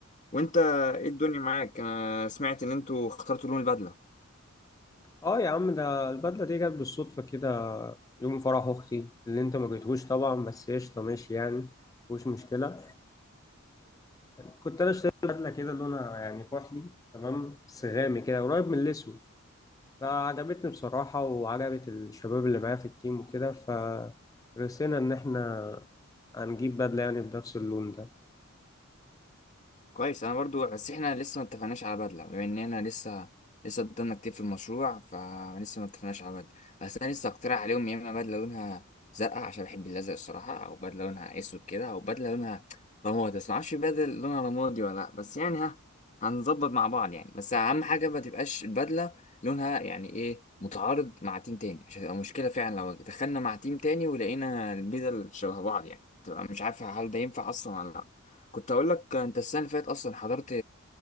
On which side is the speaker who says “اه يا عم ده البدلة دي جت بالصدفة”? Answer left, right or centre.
Left